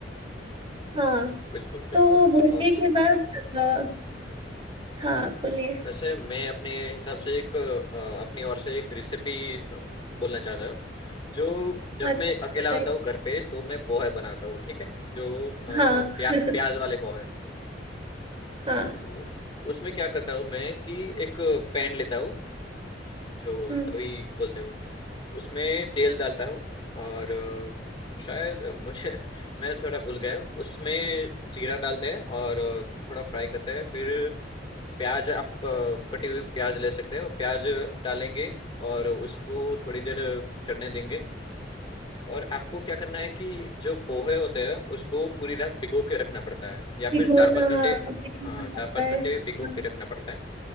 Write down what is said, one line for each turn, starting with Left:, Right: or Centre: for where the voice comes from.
Right: हाँ
Left: बिल्कुल बिल्कुल
Right: तो वो भुनने
Left: और
Right: के बाद अ, हाँ बोलिए
Left: वैसे मैं अपने हिसाब से एक अ, अपनी ओर से एक रेसिपी बोलना चाहता हूँ जो जब
Right: अच्छा
Left: मैं
Right: अच्छा
Left: अकेला
Right: बताइए
Left: होता हूँ घर पे तो मैं पोहे बनाता हूँ ठीक है जो अ, प्या,
Right: हाँ <laughs>
Left: प्याज वाले पोहे
Right: हाँ
Left: तो उसमें क्या करता हूँ मैं कि एक पैन लेता हूँ जो
Right: हम्म
Left: तवी बोलते हैं उसमें तेल डालता हूँ और अ, शायद मुझे <laughs> मैं थोड़ा भूल गया उसमें जीरा डालते हैं और अ, थोड़ा फ्राई करते हैं फिर प्याज़ आप अ, कटी हुई प्याज़ ले सकते हो, प्याज़ डालेंगे और उसको थोड़ी देर चढ़ने देंगे और आपको क्या करना है कि जो पोहे होते हैं, उसको पूरी रात भिगो के रखना पड़ता है या
Right: भिगोना
Left: फिर 4-5 घंटे
Right: हाँ भिगोना
Left: हाँ, 4-5
Right: पड़ता है
Left: घंटे
Right: हाँ
Left: भिगो के रखना पड़ता है